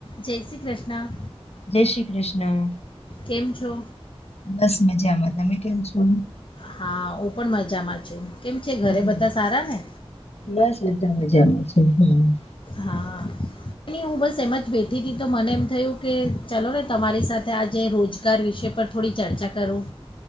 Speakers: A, on the left (about 55°); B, on the left (about 80°).
A: જય શ્રી કૃષ્ણ.
B: જય શ્રી કૃષ્ણ.
A: કેમ છો
B: બસ મજામાં. તમે કેમ છો?
A: હા, હું પણ મજામાં છું. કેમ છે
B: હમ.
A: ઘરે બધા સારા ને?
B: બસ બધા મજામાં છે હા.
A: હા, ની હું બસ એમ જ બેઠી તી તો મને એમ થયું કે ચાલો ને તમારી સાથે આજે રોજગાર વિશે પર થોડી ચર્ચા કરું.